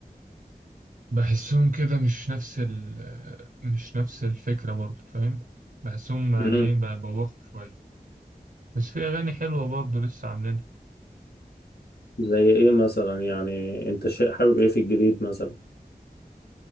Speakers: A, on the right; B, on the left.
A: بحسهم كده مش نفس ال آه، مش نفس الفكره برضه فاهم بحسهم يعني
B: مم.
A: ايه ببوخوا شويه بس في اغاني حلوه برضه لسه عاملينها
B: زي إيه مثلا يعني أنت شيء حابب إيه في الجديد مثلا